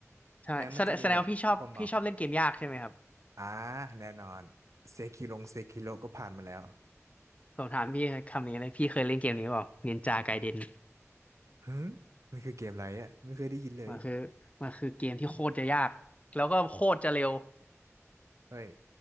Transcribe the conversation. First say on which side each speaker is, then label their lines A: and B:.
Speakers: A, on the left; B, on the right.
A: ใช่แสดงแสดงว่าพี่ชอบพี่ชอบเล่นเกมยากใช่ไหมครับ
B: แม้มันจะมีแบบความเบอกอ่าแน่นอนเซคิลงเซคิโลก็ผ่านมาแล้ว
A: ผมถามพี่คำนี้เลยพี่เคยเล่นเกมนี้เปล่านินจาไกเดน
B: อ่ะฮึมันคือเกมอะไรอ่ะไม่เคยได้ยินเลย
A: มันคือมันคือเกมที่โคตรจะยากแล้วก็โคตรจะเร็ว
B: เฮ้ย